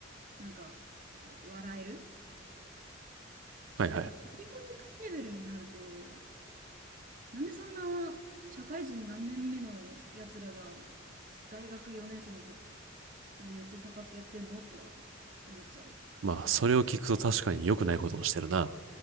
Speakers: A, on the right; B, on the right.
A: なんか、わ笑える。
B: はいはい。
A: けど、やっぱ、コジコジ君レベルになると、なんでそんな、社会人何年目のやつらが、大学4年生のこと、なんか寄ってたかってやってんのとは思っちゃう。
B: まあ、それを聞くと確かに良くないことをしてるな。